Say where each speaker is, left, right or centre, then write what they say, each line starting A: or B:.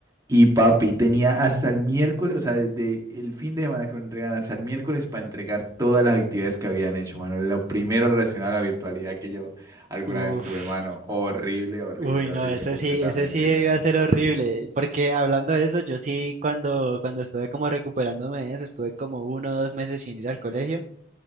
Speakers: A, on the right; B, on the right.
A: Y papi, tenía hasta el miércoles, o sea, desde el fin de semana que lo entregan hasta el miércoles para entregar todas las actividades que habían hecho, mano. Lo primero relacionado a la virtualidad que yo alguna
B: Uf,
A: vez tuve, mano. Horrible, horrible,
B: uy,
A: horrible
B: no, ese
A: completamente,
B: sí, ese sí debió
A: weón.
B: ser horrible, porque hablando de eso, yo sí cuando, cuando estuve como recuperándome de eso, estuve como uno o dos meses sin ir al colegio,